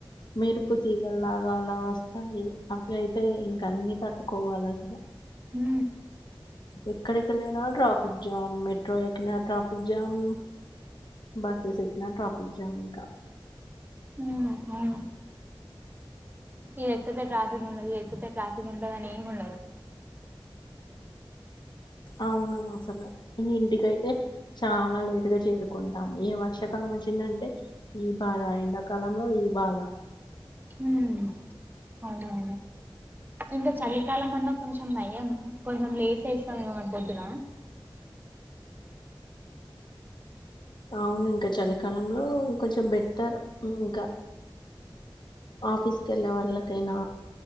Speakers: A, on the left (about 55°); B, on the right (about 20°).
A: మెరుపు తీగలాగా అలా వస్తాయి అట్ల అయితే ఇంక అన్ని కట్టుకోవాలి అసలు
B: హ
A: ఎక్కడికెళ్ళిన ట్రాఫిక్ జామ్ మెట్రో ఎక్కినా ట్రాఫిక్ జామ్ బసెస్ ఎక్కిన ట్రాఫిక్ జామ్ ఇంక
B: ఊ ఉ ఇగ ఎక్కితే ట్రాఫిక్ ఉండది ఎక్కతే ట్రాఫీక్ ఉండదు అని ఏమి ఉండదు
A: అవున అసలు ఈ ఇంటికైతే చాలా లేటుగ చేరుకుంటాము ఇగ వర్షాకాలం వచ్చిందంటే ఈ బాధ ఎండాకాలంలో ఈ బాధ
B: ఊ అవునా ఇంక చలికాలం అన్నా కొంచెం నయం కొంచెం లేసేస్తా <unintelligible> పొద్దున
A: అవును ఇంక చలికాలంలో కొంచెం బెట్టరు ఇంక ఆఫీస్కి ఎళ్ళే వాళ్ళకైనా